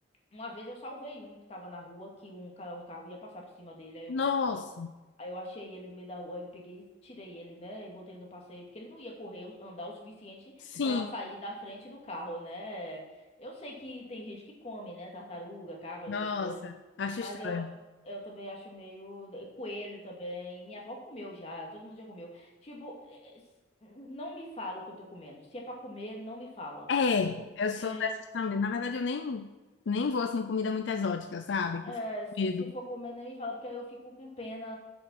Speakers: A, on the left; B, on the left.
A: Uma vez eu salvei um que tava na rua, que um, ca- um carro ia passar por cima dele. Aí eu
B: Nossa,
A: Aí eu achei ele no meio da rua, aí eu peguei, tirei ele, né, e botei ele no passeio, porque ele não ia correr, andar o suficiente
B: sim,
A: pra sair da frente do carro, né? Eu sei que tem gente que come, né, tartaruga, caga,
B: nossa,
A: essas coisas,
B: acho
A: mas
B: estranho.
A: eu eu também acho meio eh, coelho também. Minha avó comeu já, todo mundo já comeu. Tipo, eh, s- não me fala o que eu tô comendo. Se é pra comer, não me fala.
B: É,
A: Porque
B: eu sou
A: eh,
B: dessas também. Na verdade, eu nem, nem vou assim, comida muito exótica, sabe?
A: É,
B: Que eu fico
A: se
B: com medo.
A: for comer, nem me fala, porque aí eu fico com pena.